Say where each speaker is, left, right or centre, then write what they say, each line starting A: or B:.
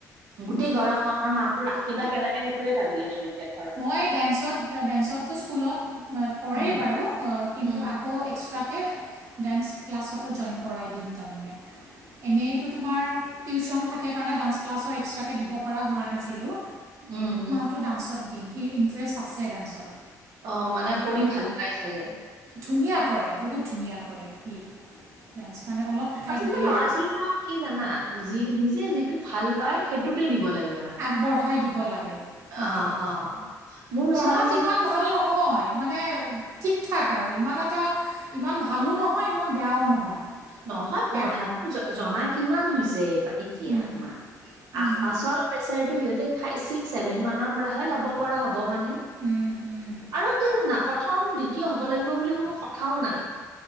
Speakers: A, on the right; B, on the right.
A: গোটেই
B: বুজি
A: গৰম বন্ধৰ মাহটো ৰাখিবা কেনেকে সেইটোয়ে ভাবি আছোঁ এতিয়া ঘৰত।
B: মই ডেন্সত ডেন্সততো স্কুলত কৰে
A: উম,
B: বাৰু কিন্তু
A: উম,
B: আকৌ এক্সট্ৰা। তাকে ডেন্স ক্লাছতো জইন কৰাই দিম তাৰমানে। এনেইতো তোমাৰ টিউচন থাকে কাৰণে ডান্স ক্লাছৰ এক্সট্ৰাকৈ দিব পৰা হোৱা নাছিলোঁ।
A: উম, উম।
B: টো ডান্সত দিম সি ইণ্টাৰেষ্ট আছে ডান্সত।
A: অ'মানে কৰি
B: আৰু
A: ভাল পাই চাগে।
B: ধুনীয়া কৰে, বহুত ধুনীয়া কৰে, ই ডেন্ঞ্চ মানে অলপ শিকাই
A: আচলতে
B: দিলেই
A: ল'ৰা
B: হয়।
A: ছোৱালী বিলাকক কি জানা যি নিজে যিটো ভাল পায়। সেইটোত দিব লাগে। মানে।
B: আগবঢ়াই দিব লাগে। সেইটোৱে
A: অ', অ'। মোৰ
B: পঢ়াত
A: ছোৱালীজনী
B: ইমান ভাল নহয়। নহয়। মানে ঠিক ঠাক আৰু ইমান এটা ইমান ভালো নহয়। ইমান বেয়াও নহয়।
A: নহয়।
B: হে
A: পঢ়াতো জনা কিমান হৈছে এইবাৰ। এতিয়া
B: উম,
A: তোমাৰ
B: উম,
A: আ আচল প্ৰেচাৰটো সিহঁতে। ফাইভ ছিক্স ছেভেন মানৰ পৰাহে ল'ব পৰা হ'ব মানে।
B: উম, উম।
A: আৰু কি জানা প্ৰথম দ্বিতীয় হ'ব লাগিব বুলি কোনো কথাও নাই।